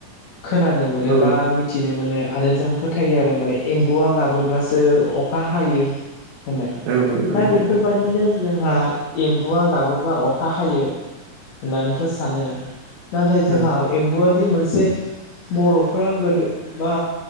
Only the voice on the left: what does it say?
खोनानो मोनोब
बा मिथिनो मोनो आरो जों फोथायो आरो माने एम्बुआ गाबोब्लासो अखा हायो होननाय
दा बेफोरबादिनो जोंहा एम्बुआ गाबोब्ला अखा हायो होननानैसो सानो नाथाय जोंहा
एम्बुआादि मोनसे मोनसे बर'फोरा गोदो बा